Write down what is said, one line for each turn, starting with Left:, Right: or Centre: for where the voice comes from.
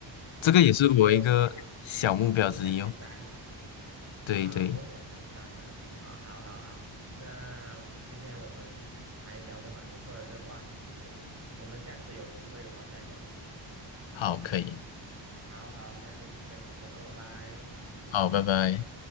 Left: 这个也是我一个小目标之一哦。
Right: 一个梦梦想清单啊，
Left: 对对，
Right: 梦想清单啊，啊，好好好，那今天我们还聊得蛮不错的这个话题，所以我们下次有机会的话再聊好了
Left: 好，可以，
Right: 好好，那先这样子先咯，拜拜。
Left: 好，拜拜。